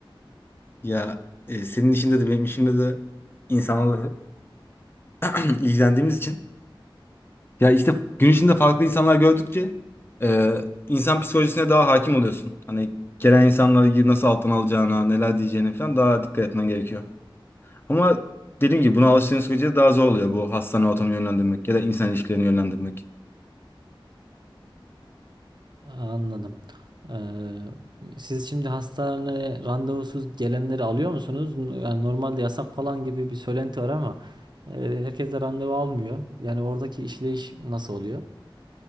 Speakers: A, on the left; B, on the right.
A: Ya e, senin işinde de benim işimde de insanlarla <clears throat> ilgilendiğimiz için Ya işte gün içinde farklı insanlar gördükçe e, insan psikolojisine daha hakim oluyorsun. Hani gelen insanları nasıl alttan alacağına, neler diyeceğine falan daha dikkat etmen gerekiyor. Ama dediğim gibi buna alıştığın sürece daha zor oluyor bu hastane ortamını yönlendirmek ya da insan ilişkilerini yönlendirmek.
B: Anladım. Ee, siz şimdi hastaneye randevusuz gelenleri alıyor musunuz? N- Yani normalde yasak falan gibi bir söylenti var ama e, herkes de randevu almıyor. Yani oradaki işleyiş nasıl oluyor?